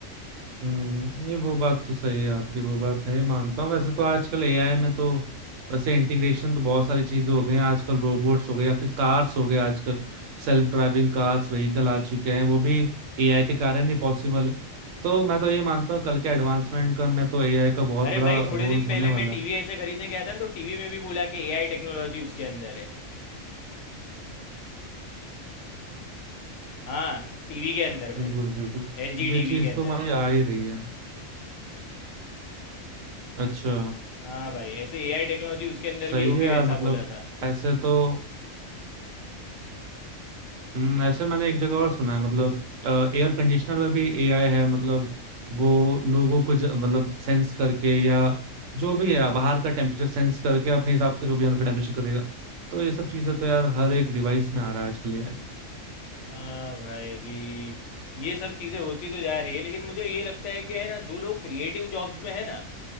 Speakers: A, on the right; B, on the left.
A: हम्म नहीं वो बात तो सही है आपकी वो बात नहीं मानता हूँ वैसे तो आजकल एआई में तो वैसे इंटीग्रेशन तो बहुत सारी चीजें हो गई हैं आजकल रोबोट्स हो गए या फिर कार्स हो गए आजकल सेल्फ ड्राइविंग कार्स व्हीकल आ चुके हैं वो भी एआई के कारण ही पॉसिबल है तो मैं तो ये मानता हूँ कल के एडवांसमेंट का मैं तो एआई का बहुत
B: अरे
A: बड़ा
B: भाई
A: रोल
B: थोड़े दिन
A: होने
B: पहले
A: वाला
B: मैं टीवी
A: है
B: ऐसे खरीदने गया था ना तो टीवी में भी बोला कि एआई टेक्नोलॉजी उसके अंदर है हाँ टीवी के अंदर भाई
A: बिल्कुल बिल्कुल
B: एलजी
A: ये
B: टीवी
A: चीज
B: के अंदर
A: तो हमारी आ ही रही है अच्छा
B: हाँ भाई ऐसे एआई टेक्नोलॉजी उसके अंदर
A: सही
B: भी होगी
A: है यार
B: वैसा
A: मतलब
B: बोला था
A: ऐसे तो हम्म, ऐसे मैंने एक जगह और सुना है मतलब एयर कंडीशनर में भी एआई है मतलब वो लोगों को ज, मतलब सेंस करके या जो भी है बाहर का टेम्परेचर सेंस करके अपने हिसाब से जो भी अंदर का टेम्परेचर करेगा तो ये सब चीजें तो यार हर एक डिवाइस में आ रहा है आजकल एआई
B: हाँ भाई अभी ये सब चीज़ें होती तो जा रही है लेकिन मुझे ये लगता है कि है ना जो लोग क्रिएटिव जॉब्स में है ना